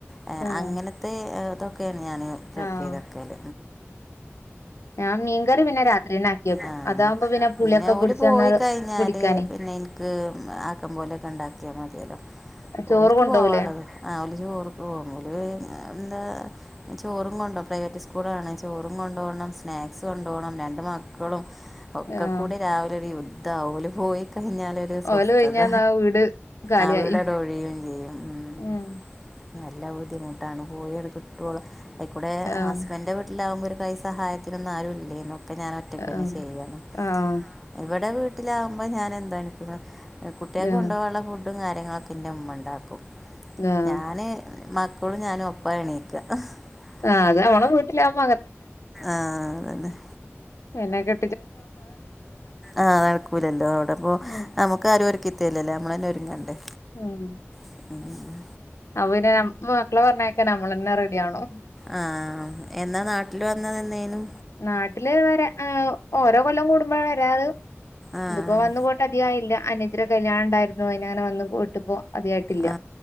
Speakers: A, in the centre; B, on the left.
A: ഹെ
B: ആഹ്
A: അങ്ങനത്തെ ഇതൊക്കെയാണ് ഞാൻ പ്രപ്പർ
B: ആഹ്
A: ചെയ്തവെക്കൽ
B: ഞാൻ മീൻകറി പിന്നെ രാത്രിന്നെ ആക്കിയേക്കും
A: ആഹ്
B: അതാവുമ്പോ പിന്നെ പുളിയൊക്കെ
A: ഓല്
B: കുടടിച്ച്ന്നാ
A: പോയി കഴിഞ്ഞാല്
B: പുടിക്കാനേ
A: <unintelligible> ആക്കം പോലൊക്കെ ഉണ്ടാക്കിയാൽ മതിയല്ലോ
B: ചോറ്
A: ഓല്ക്ക്
B: കൊണ്ടോവൂലേ
A: പോവള്ളത് ഓല് ചോറൊക്കെ വാങും എന്താ ചോറും കൊണ്ടോ പ്രൈവറ്റ് സ്കൂളാ ആണെ ചോറും കൊണ്ടോഓണം സ്നാക്സ് കൊണ്ടപോണം രണ്ട് മക്കളും ഒക്കെ
B: ആഹ്
A: കൂടി രാവിലെ ഒരു യുദ്ധം ഓല് പോയി കഴിഞ്ഞാൽ സ്വസ്ഥത
B: ഓല് ഒഴിഞ്ഞന്നാ വീട് കാലിയായി
A: ആവിടെടെ ഒഴിയയും ചെയ്യും <unintelligible>
B: ഉം
A: ഉ നല്ല ബുദ്ധിമുട്ടാണ് പോയി കിട്ടോളം അഴിക്കൂടെ
B: ആഹ്
A: ഹസ്ബൻ്റെവീ <unintelligible> കുമ്പോ ഒരു കൈ സഹായത്തിനൊന്നും ആരും ഇല്ലേന്നു ഇപ്പൊ ഞാൻ ഒറ്റക്ക്ന്നെ
B: ആഹ്
A: ചെയ്യല്
B: ആഹ്
A: ഇവിടെ വീട്ടിലാകുമ്പോൾ ഞാൻ എന്താണ്ണ <unintelligible> കുട്ടിയാക്ക്
B: ആഹ്
A: കൊണ്ടുപോകാനുള്ള ഫുഡ് ഫുഡും കാര്യങ്ങളൊക്കെ ന്റെ മ്മ ഉണ്ടാക്കും
B: ആഹ്
A: ഞാൻ മക് മോളും ഞാനും ഒപ്പ എണീക്ക <unintelligible>
B: ആഹ് അത് നമ്മളെ വീട്ടിലാവുമ്പോ
A: ആന്നെ <unintelligible>
B: മെനകേ
A: ആഹ് നടക്കൂലല്ലോ അവിടപ്പ
B: ഉം
A: നമുക്ക് ആാരക്ക അത്യല്ലല്ലേ നമ്മളന്നെ ഒരുങ്ങണ്ടേ
B: ഉം
A: <unintelligible> ആഹ <unintelligible>
B: അപ്പൊ പിന്നെ മക്കളെ പറഞ്ഞേക്കാ നമ്മൾ തന്നെ റെഡിണോ
A: ആഹ എന്നാ നാട്ടിൽ വന്ന എന്നേയുന്നു
B: നാട്ടില് വരാ ഏ ഓരോ കൊല്ലം കൂടുമ്പാ വരാറ്
A: ആഹ്
B: ഇതിപ്പോ വന്നു പോയിട്ട് അധികായില്ല അനിത്തിൻ്റെ കല്യാണം ഉണ്ടായിരുന്നു അതിനങ്ങനെ വന്ന് പോയിട്ടിപ്പോ അധികായിട്ടില്ല
A: ആ